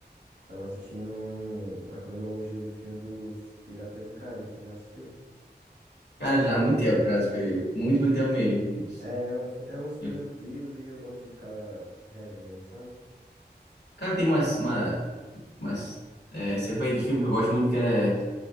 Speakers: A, on the right; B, on the left.
A: tava assistindo um- a cronologia do filme dos Piratas do Caribe. Você já assistiu?
B: Cara, já há muito tempo, Brasil Caribe. Muito, muito tempo mesmo.
A: É, um, fi- é uns filmes
B: E,
A: antigos e eu gosto de ficar revendo, sabe?
B: Cara, tem umas, uma, umas é, sequência de filme que eu gosto muito, que é